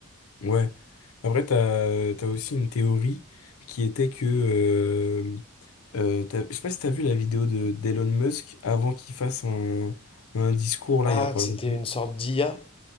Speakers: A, on the left; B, on the left.
A: ouais. Après, t'as, t'as aussi une théorie qui était que. euh, euh, t'as- je sais pas si t'as vu la vidéo de d'Elon Musk avant qu'il fasse un, un discours là
B: Ah,
A: il y a pas
B: que c'était
A: longtemps.
B: une sorte d'IA.